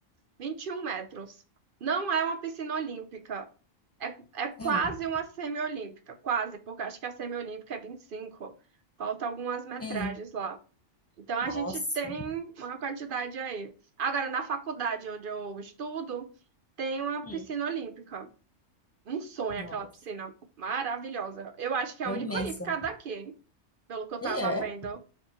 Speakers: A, on the right; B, on the left.
A: vinte e um metros. Não é uma piscina olímpica. É, é quase
B: Sim,
A: uma semiolímpica, quase, porque acho que a semiolímpica é vinte e cinco Falta algumas metragens
B: sim.
A: lá. Então a
B: Nossa,
A: gente tem uma quantidade aí. Agora, na faculdade onde eu estudo, tem uma
B: Hum.
A: piscina olímpica. Um sonho
B: nossa.
A: aquela piscina maravilhosa. Eu acho que é
B: É
A: a única
B: imensa.
A: olímpica daqui, hein? Pelo que eu tava
B: E é.
A: vendo.